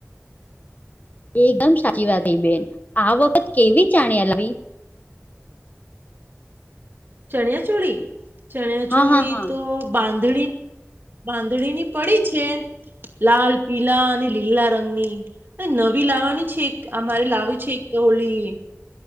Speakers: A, on the left (about 35°); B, on the right (about 45°).
A: એકદમ સાચી વાત થઈ બેન આ વખત કેવી જાણ્યા લવી?
B: ચણિયાચોળી ચણિયાચોળી
A: હા હા હા
B: તો બાંધણી બાંધણીની પડી છે, લાલ પીલા અને લીલા રંગની. નવી લાવવાની છે એક અમારે લાવું છે એક હોળી.